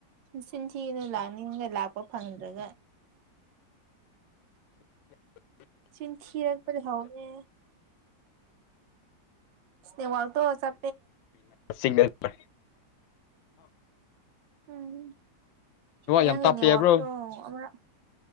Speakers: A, on the right; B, on the left.
A: ꯎꯁꯤꯤꯅꯂ ꯅꯤꯡ ꯂ ꯄꯄ ꯐꯪꯗ꯭ꯔꯒ ꯆꯤꯟ ꯊꯤꯔꯒ ꯄꯖꯥꯅꯦ ꯏꯁꯋꯥꯜꯣ ꯆ
B: ꯁꯤꯒꯔ
A: ꯎꯝ ꯅꯪꯒꯤ
B: ꯌꯥꯝ ꯇꯞꯄꯦ
A: ꯅꯦꯠꯋꯥꯛꯛꯇꯣ
B: ꯍꯥꯏꯕ꯭ꯔꯣ
A: ꯑꯃ